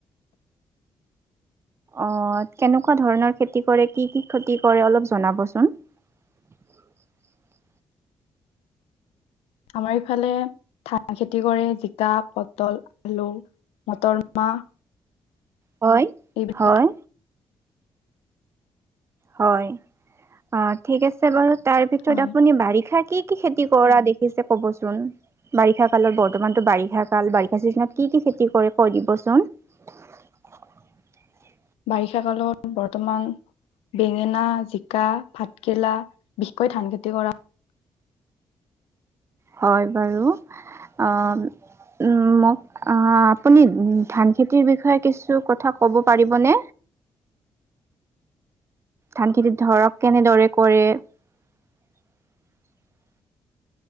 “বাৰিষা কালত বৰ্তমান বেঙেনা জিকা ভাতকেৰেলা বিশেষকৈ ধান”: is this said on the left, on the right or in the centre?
Left